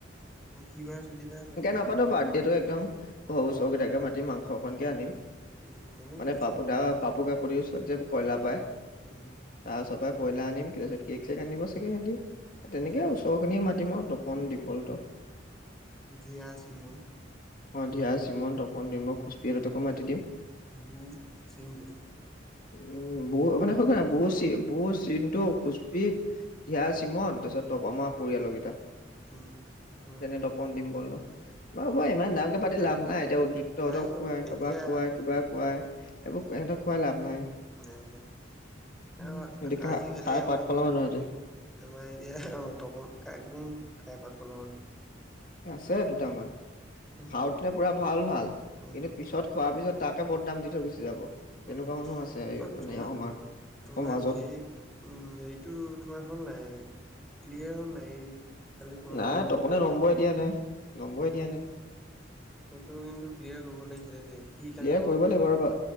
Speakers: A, in the centre; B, on the left (about 45°).
A: অ কি বাৰে ছুটি পাই আকৌ
B: ন নাপাতো বাৰ্থডেটো একদম ঘৰৰ ওচৰৰ কেইটাকে মাতিম মাংস অকণকে আনিম
A: উম, তেনেকে
B: মানে পাপু
A: আৰু
B: দা পাপু কাকতি ওচৰত যে কইলা পায়
A: উম
B: তাৰ ওচৰৰ পৰাই কইলা আনিম তাৰ পিছত কেক চেক আনিব চাগে সিহঁতি তেনেকে
A: উম,
B: ওচৰ খিনিয়ে মাতিম আৰু তোক পনদ্বীপ অল্টো
A: দিয়া, চিমন
B: অ দিয়া, চিমন, তপন, ডিম্ব, খোচপি হঁতকো মাতি দিম
A: বুম, চিংকি
B: উম বো মানে সঁচাই বো চি বো চিন্টু, খুচপি দিয়া, চমন তাৰপিছত তপ আমাৰ পৰিয়ালৰ কেইটা
A: উম, সিমানে
B: যেনে তপন,
A: আৰু।
B: ডিম্পল বাৰু হ'ব ইমান ডাঙৰকে পাতি লাভ নাই এতিয়া তহঁতক
A: নাই
B: খুৱাই
A: অ এতিয়া
B: কাৰোবাক খুৱাই কিবা খুৱাই এইবোৰ
A: উম
B: এহঁতক খুৱাই লাভ নাই
A: নাই নাই
B: উম,
A: আ
B: সিহঁতি খা
A: আজিকালি
B: খাই
A: আমাৰ
B: পাত ফলা
A: গি
B: মানুহ সিহঁতি
A: আমাৰ এতিয়া ৰ তপন কাই গুণ খাই পাত ফলা মানুহ
B: এ আছে দুটামান।
A: উম
B: খাওঁতে পুৰা ভাল ভাল
A: উম
B: কিন্তু পিছত খোৱাৰ পিছত তাকে বদনাম দি থৈ গুচি যাব তেনেকুৱা
A: উম
B: মানুহ আছে এই
A: অ',
B: মানে
A: তোমাৰ
B: আমাৰ
A: তোমাক
B: সমাজত
A: হেই উম হেৰিটো তোমাৰ হ'ল নাই ক্লিয়াৰ হ'ল নাই এই কালি ফোন
B: নাই
A: কৰিম বুলি
B: তপনে
A: কৈছিলে
B: নম্বই দিয়া নাই নম্বই দিয়া নাই
A: সেইটো কিন্তু ক্লিয়াৰ কৰিব লাগিছিলে দেই সি কালি
B: ক্লিয়াৰ
A: ব
B: কৰিব লাগিব আৰু